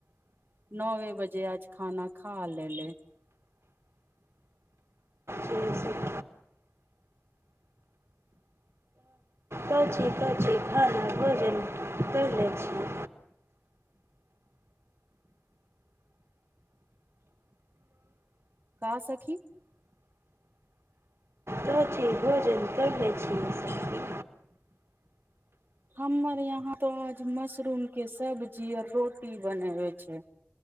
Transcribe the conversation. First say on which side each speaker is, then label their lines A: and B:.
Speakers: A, on the right; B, on the right.
A: नओवे बजे आज खाना खा ले ले
B: से सब कची कची खाना भोजन करि लैत छी
A: का सखी
B: तऽ चीज भोजन करलै छियै सखी
A: हमर यहाँ तो आज मशरूम के सब्जी आओर रोटी बनेब छै